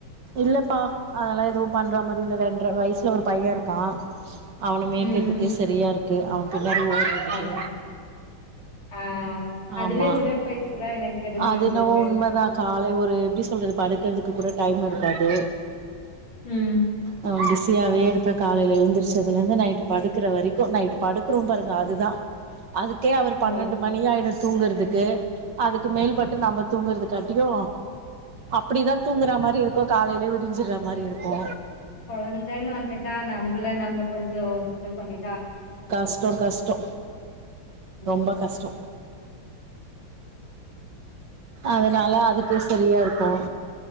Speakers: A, on the right; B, on the left.
A: இல்லப்பா அதெல்லாம் எதுவும் பண்ற மாதிரி இல்ல ரெண்ர வயசுல ஒரு பையன் இருக்கா. அவனை மேட்கறதுக்கே
B: ம்.
A: சரியா இருக்கு. க்கு அவ. பின்னாடியே ஓடுறதுக்கு.
B: அப் ஆ. அதுவே
A: ஆமா
B: உடற்பயிற்சி தான் எனக்கு தெரிஞ்சு
A: அது
B: உங்களுக்கு.
A: என்னவோ உண்மைதா காலை ஒரு எப்டி சொல்றது படுக்குற. அதுக்கு கூட டைம் இருக்காது.
B: ம்.
A: உ மிஸ் பிசியாவே இருப்பே காலையில எழுந்திரச்சதுல இருந்து நைட் படுக்கற வரைக்கும் நைட் படுக்குறேம் பாருங்க அதுதா அதுக்கே அவர்
B: ஓ!
A: பன்னெண்டு மணி ஆயிடு. தூங்குறதுக்கு அதுக்கு மேல்பட்டு நம்ம தூங்குறதுக்காட்டியு அப்டிதா தூங்குற மாரி இருக்கோ காலையில விடிஞ்சிடுற மாரி இருக்கோ
B: கொழந்தன்னு வந்துட்டா நம்மள நம்ம கொஞ்சோ இது பண்ணி.
A: கஷ்டோ கஷ்டோ
B: ம்.
A: ரொம்ப கஷ்டோ அதனால அதுக்கே சரியா இருக்கோ.